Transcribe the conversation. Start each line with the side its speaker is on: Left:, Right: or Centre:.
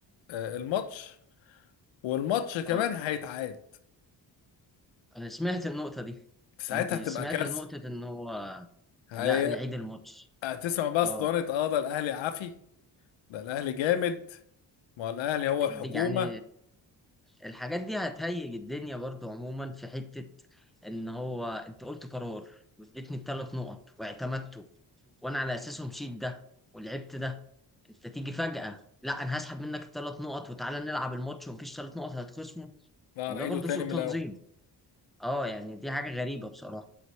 Left: آه، الماتش والماتش كمان
Centre: اه
Left: هيتعاد
Centre: انا سمعت النقطه دي
Left: ساعتها
Centre: ما بي-
Left: هتبقى
Centre: سمعت
Left: كارثه
Centre: نقطه ان هو
Left: هي...
Centre: لا نعيد الماتش
Left: هتسمع بقى اسطوانه
Centre: اه
Left: اه ده الاهلي عافي ده الاهلي جامد ما هو الاهلي هو الحكومه
Centre: دي- يعني الحاجات دي هتهيج الدنيا برضه عموما في حته ان هو انت قلت قرار واديتني بثلاث نقط واعتمدته وانا على اساسه مشيت ده ولعبت ده انت تيجي فجأة لا انا هسحب منك الثلاث نقط وتعالى نلعب الماتش ومفيش ثلاث نقط هتخصمه
Left: لا
Centre: هو
Left: انا
Centre: ده
Left: اعيده
Centre: برضه
Left: تاني
Centre: سوء
Left: من
Centre: تنظيم
Left: الاول
Centre: اه يعني دي حاجة غريبة بصراحة